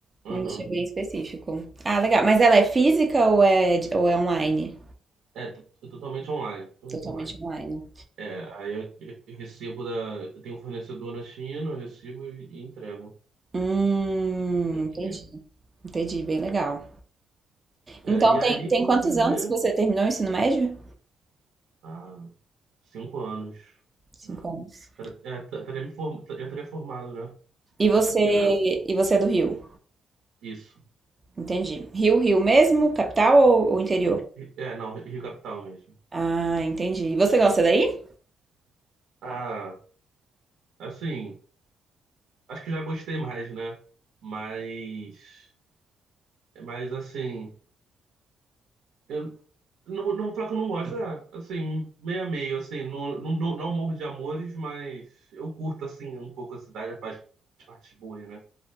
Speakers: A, on the right (about 75°); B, on the right (about 25°).
A: aham.
B: Um nicho bem específico. Ah, legal. Mas ela é física ou é, de- ou é online?
A: É, t- t- totalmente online, totalmente
B: Totalmente
A: online.
B: online.
A: É, aí eu, eu recebo da. Eu tenho um fornecedor na China, eu recebo e, e entrego
B: Hum,
A: aqui.
B: entendi. Entendi, bem legal.
A: É,
B: Então,
A: e
B: tem,
A: aí,
B: tem
A: quando
B: quantos
A: eu fui ver,
B: anos que você terminou o ensino médio?
A: há cinco anos,
B: Cinco
A: né?
B: anos.
A: Tra- é, tra- teria me form... Já teria formado, né?
B: E
A: Tivesse
B: você,
A: sido direto.
B: e você é do Rio?
A: Isso.
B: Entendi. Rio, Rio mesmo? Capital ou, ou interior?
A: Rio- É, não, Rio Capital mesmo.
B: Ah, entendi. E você gosta daí?
A: Ah, assim. Acho que já gostei mais, né? Mas, mas assim, eu não, vou- não vou falar que eu não gosto, é, assim, meio a meio, assim, não, não, não, não morro de amores, mas eu curto, assim, um pouco a cidade, a parte- as partes boas, né?